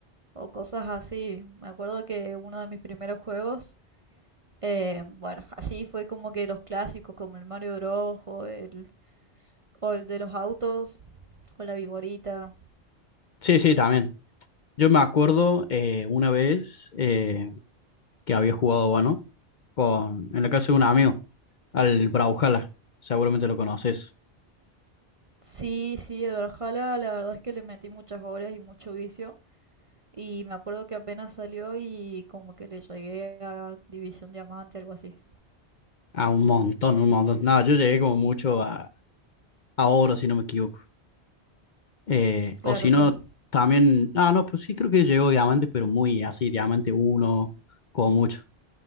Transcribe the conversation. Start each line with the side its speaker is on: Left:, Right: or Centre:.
Right: o cosas así. Me acuerdo que uno de mis primeros juegos, eh, bueno, así fue como que los clásicos como el Mario Bros. o el, o el de los autos con la Viborita.
Left: Sí, sí, también. Yo me acuerdo eh, una vez eh, que había jugado, bueno, con, en la casa de un amigo, al Brawlhalla. Seguramente lo conoces.
Right: Sí, sí, el Valhalla, la verdad es que le metí muchas horas y mucho vicio. Y me acuerdo que apenas salió y como que le llegué a División Diamante, algo así.
Left: A un montón, un montón. No, yo llegué como mucho a, a oro, si no me equivoco. Eh,
Right: Claro,
Left: o si no,
Right: claro.
Left: también. Ah, no, pues sí creo que llegó diamante, pero muy así, diamante uno como mucho.